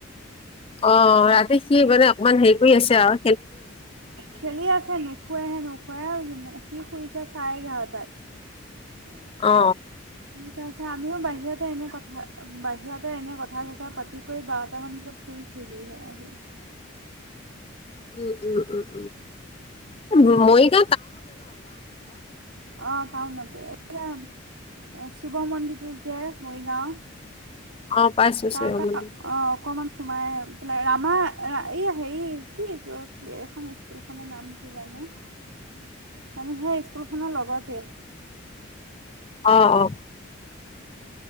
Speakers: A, on the left; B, on the right.
A: অ ৰাতি সি মানে অকমান হেৰি কৰি আছে আও।
B: খেলি আছে নুশুৱে হে নুশুৱে সি শুইছে চাৰে এঘাৰটাত।
A: অ
B: স আছে আমিও বাহিৰতে এনে কথা। বাহিৰতে এনে কথা চথা পাতি কৰি বাৰট মান বিতৰত শুইছিলোহে আহি।
A: উম উম উম উম মৰিগ
B: অ চাওনতে এ <unintelligible> অ শিৱ মন্দিৰতটো যে মৰিগাঁও
A: অ পাইছো
B: তাৰপৰা
A: চাগে
B: অ অকণমান সমাই,। ৰামা এই হে কিুল কি এইখন স্কুল খনৰ নাম কি জানো
A: <inaudible> <inaudible>
B: মানে সেই স্কুল খনৰ লগতে
A: আহ অ